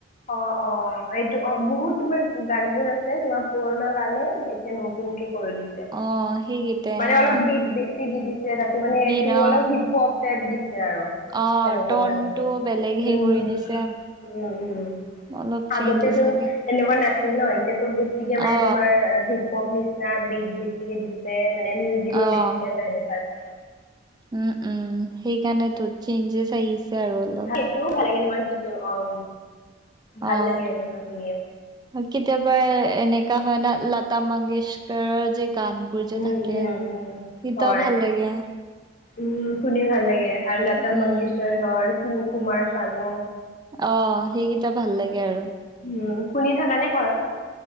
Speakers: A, on the left (about 45°); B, on the right (about 20°).
A: অ, অ এইটো অ, বহুত তোমাৰ গানবোৰ আছে। তোমাৰ পুৰনা গানে এতিয়া নতুনকে কৰি দিছে।
B: অ সেইকেইটাই
A: মানে অলপ
B: অ
A: বিপ বেছি দি দিছে। তাতে মানে
B: বিন
A: এইটো
B: অ
A: অলপ হিপ হ'প টাইপ দিছে আৰু
B: অ
A: সেনেকুৱা
B: টনটো
A: গানটো,
B: বেলেগ সেই
A: উম,
B: কৰি দিছে
A: উম, উম।
B: অলপ চেঞ্জ
A: আগটেতো
B: আছে
A: এনেকুৱা নাছিল ন এতিয়াতো বেছিকে মানে
B: অ
A: তোমাৰ হিপ-হোপ নিচিনা। বিট বেছিকে দিছে মানে, মিউজিকো
B: অ
A: বেছিকে আছে সেনেকুৱা।
B: উম, উম সেইকাৰণেটো চেঞ্জেছ আহিছে। আৰু অলপ
A: ভাল সেইটোও ভাল লাগে, তোমাৰ কি অ, ভাল
B: অ'।
A: লাগে এনেকুৱা শুনি।
B: কেতিয়াবা এনেকা হয় না লতা মংগেশকাৰৰ গান বোৰ যে
A: উম
B: থাকে
A: উম
B: সীতও
A: উম হয়
B: ভাল লাগে।
A: উম, শুনি ভাল লাগে। আৰু লতা
B: উম,
A: মংগেশ্বৰ হ'ল, কুমাৰ চানু,
B: অ, সেইকেইটা ভাল লাগে আৰু।
A: উম, শুনি থাকা নে ঘৰত?